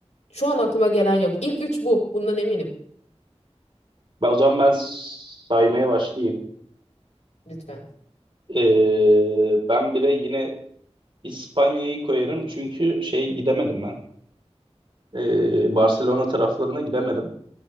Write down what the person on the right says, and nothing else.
Ben o zaman ben saymaya başlayayım.
Ee, ben bire yine İspanya'yı koyarım çünkü şey gidemedim ben. Ee, Barcelona taraflarına gidemedim.